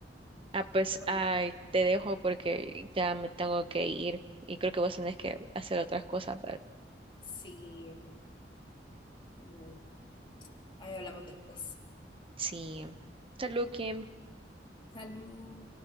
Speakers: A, on the right (about 30°); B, on the left (about 30°).
A: Ah, pues,
B: bueno,
A: ay, te dejo porque ya me tengo que ir y creo que vos tenés que hacer otras cosas, pero
B: sí. Simón. Ahí hablamos después.
A: sí. Salud, Kim.
B: Salud.